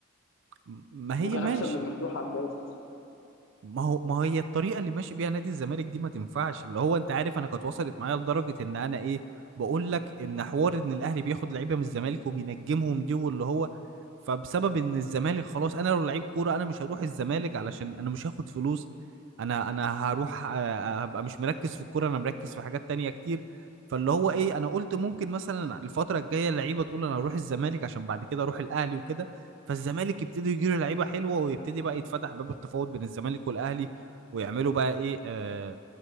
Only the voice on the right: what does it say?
م- ما هي
ماشي
ما هو ما هي الطريقه اللي ماشي بيها نادي الزمالك دي ما تنفعش اللي هو انت عارف انا كانت وصلت معايا لدرجه ان انا ايه بقول لك ان حوار ان الاهلي بياخد لعيبه من الزمالك وبينجمهم دي واللي هو فبسبب ان الزمالك خلاص انا لو لعيب كوره انا مش هروح الزمالك علشان انا مش هاخد فلوس انا انا هروح آه، هبقى مش مركز في الكوره انا مركز في حاجات تانية كتير فاللي هو ايه انا قلت ممكن مثلا الفتره الجايه اللعيبه تقول انا هروح الزمالك عشان بعد كده اروح الاهلي وكده فالزمالك يبتدي يجيله لعيبه حلوه ويبتدي بقى يتفتح باب التفاوض بين الزمالك والاهلي ويعملوا بقى ايه آه